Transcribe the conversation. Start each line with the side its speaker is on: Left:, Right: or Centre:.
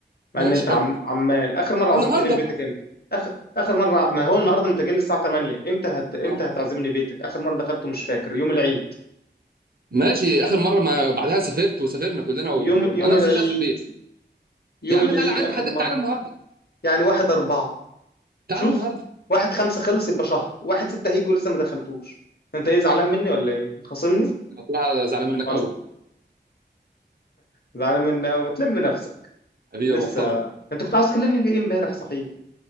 Left: مع
Right: ماشي
Left: ان انت عم
Right: حلو
Left: عمال اخر مره عزمتني
Right: النهارده
Left: في بيتك امتى اخر اخر مره ع- ما هو النهارده انت جاي لي الساعه 8 امتى هت... امتى
Right: آه.
Left: هتعزمني بيتك اخر مره دخلته مش فاكر يوم العيد
Right: ماشي اخر مره ما بعدها سافرت وسافرنا كلنا وانا
Left: يوم يوم العيد
Right: اصلا مش قاعد في البيت
Left: يوم
Right: يا عم
Left: العيد
Right: تعالى عندي
Left: اخر
Right: حد
Left: مره
Right: تعالى النهارده
Left: يعني واحد اربعة
Right: تعالى
Left: شوف
Right: النهارده
Left: واحد خمسة خلص يبقى شهر واحد ستة هيجي ولسه ما دخلتوش انت ايه زعلان مني ولا ايه متخاصمني
Right: انا طلع زعلان منك
Left: والله
Right: قوي
Left: زعلان مني أوي ما تلم نفسك
Right: حبيبي
Left: لسه
Right: يا محترم
Left: انت كنت عاوز تكلمني في ايه امبارح صحيح